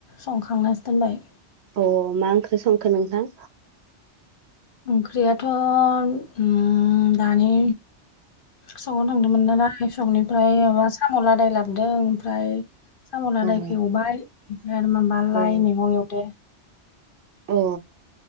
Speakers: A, on the left (about 50°); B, on the right (about 65°).
A: संखांनासो दोनबाय।
B: अ मा ओंख्रि संखो नोंथां?
A: ओंख्रियाथ' उम दानि सङाव थांदोंमोन नालाय संनिफ्राय माबा साम' लादाय लाबोदों ओमफ्राय साम'लादायखौ
B: अ
A: एवबाय ओमफ्राय आरो माबा लाइ
B: अ
A: मैगं एवदो।
B: अ